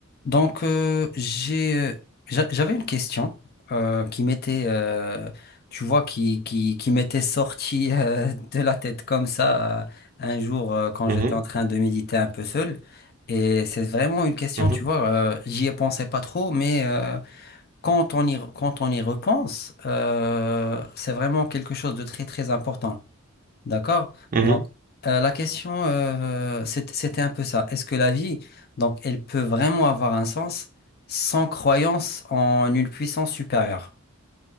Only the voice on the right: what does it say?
Mhm,
mhm,
mhm.